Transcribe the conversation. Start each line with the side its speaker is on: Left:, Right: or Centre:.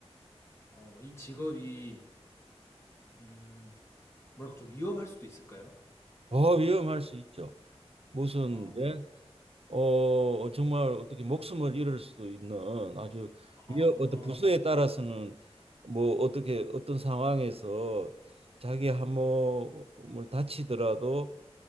Left: 어, 이 직업이 음, 뭐랄까 좀 위험할 수도 있을까요?
Right: 어 위험할 수 있죠. 무슨
Left: 어,
Right: 예? 어 정말 어떻게 목숨을 잃을 수도 있는 아주
Left: 아,
Right: 위험 어떤 부서에 따라서는 뭐 어떻게 어떤 상황에서 자기 한몸을 다치더라도